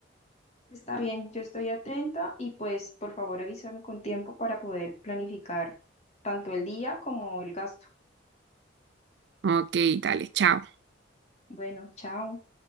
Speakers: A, on the left (about 35°); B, on the right (about 60°).
A: Está bien, yo estoy atenta y pues por favor avísame con tiempo para poder planificar tanto el día como el gasto.
B: Ok, dale, chao.
A: Bueno, chao.